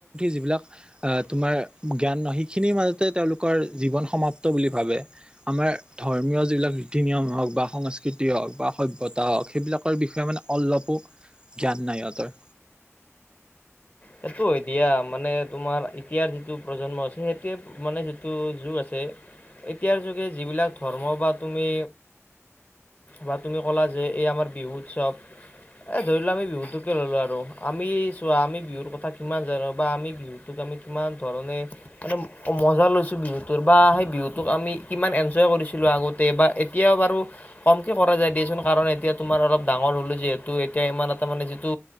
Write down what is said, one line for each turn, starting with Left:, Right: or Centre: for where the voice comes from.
Right: যিবিলাক অ', তোমাৰ জ্ঞান শি খিনিৰ মাজতে তেওঁলোকৰ জীৱন সমাপ্ত বুলি ভাবে আমাৰ ধৰ্মীয় যিবিলাক ৰীতি নিয়ম হওঁক। বা সংস্কৃতি হওঁক বা সভ্যতা হওঁক সেইবিলাকৰ বিষয়ে মানে অলপো জ্ঞান নাই সিহঁতৰ।
Left: সেইটো হয় দিয়া, মানে তোমাৰ এতিয়াৰ যিটো প্ৰজন্ম আছে সেইটোৱে মানে যিটো যুগ আছে। এতিয়াৰ যোগে যিবিলাক ধৰ্ম বা তুমি বা তুমি ক'লা যে এই আমাৰ বিহু উৎসৱ। এ ধৰিলোৱা আমি বিহুতোকে ললো আৰু আমি চোৱা আমি বিহুৰ কথ কথা কিমান জানো বা আমি বিহুটোক আমি কিমান ধৰণে মানে মজা লৈছো বিহুতৰ বা বিহুতোক আমি কিমান এঞ্জয় কৰিছিলো আগতে বা এতিয়াও বাৰু কমকে কৰা যায় দিয়চোন কাৰণ এতিয়া তোমাৰ অলপ ডাঙৰ হ'লো যিহেতু এতিয়া ইমান এটা মানে যিটো